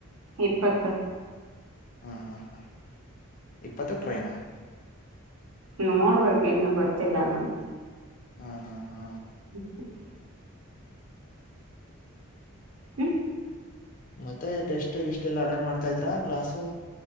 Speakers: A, on the right; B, on the left.
A: ಇಪ್ಪತ್ತತ್ತು
B: ಹಾಂ ಹಾಂ ಹಾಂ ಇಪ್ಪತ್ತು ಟ್ರೈನಾ
A: ನೋಡ್ಬೇಕ ಇನ್ನು ಗೊತ್ತಿಲ್ಲ ನಗೆ
B: ಹಾ ಹಾ ಹಾ
A: ಹ್ಮ್ ಹ್ಮ
B: ಮತ್ತೆ ಟೆಸ್ಟ್ ಲಿಸ್ಟ ಎಲ್ಲ ಅಟೆಂಡ್ ಮಾಡ್ತಾ ಇದ್ರಾ ಕ್ಲಾಸು